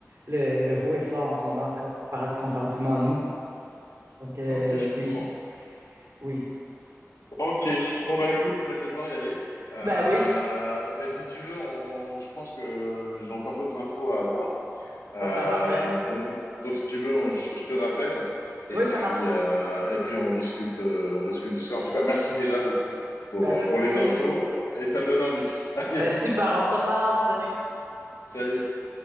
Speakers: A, on the right; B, on the left.
A: le- l'euro est fort en ce moment compar- comparativement à nous. Donc, euh,
B: ok, je
A: oui,
B: comprends.
A: oui.
B: Ok, bon bah écoute, là je vais devoir y aller. Euh,
A: Ben oui,
B: mais si tu veux, on- je pense que j'ai encore d'autres infos à avoir. Euh,
A: bon, par- parfait.
B: donc, donc, si tu veux, on- je je te rappelle et
A: Oui,
B: puis,
A: ça marche.
B: euh, et puis on discute, euh, on discute du score. En tout cas, merci déjà beaucoup pour,
A: Ben, pas de
B: pour
A: souci.
B: les infos et ça me donne envie. <laughs> Allez,
A: Ben, super, on se reparle. Salut.
B: salut.